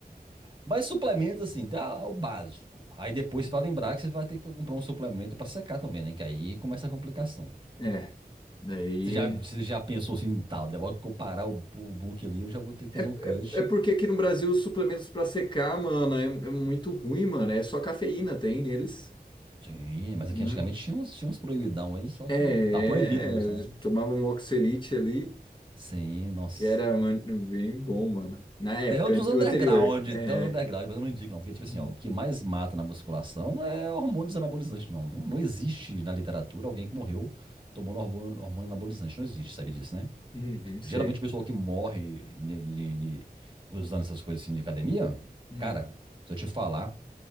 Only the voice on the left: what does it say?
É. Daí.
É,
é,
é porque aqui no Brasil os suplementos pra secar, mano, é, é muito ruim, mano. É só cafeína tem neles,
né?
É,
eu tomava um Oxelite ali,
que era, mano, bem bom, mano. Na época,
ante-
o anterior. É.
Uhum,
uhum, sei.
Uhum.